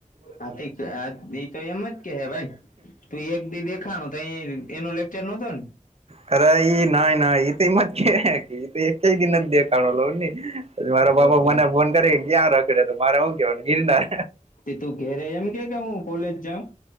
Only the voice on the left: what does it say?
આ તો એમ જ કે ભાઈ તું એક દી દેખાણો તો એનો લેક્ચર નહતો ને
તો
તો
તે તું ઘેરે એમ કે કે હું કોલેજ જાઉ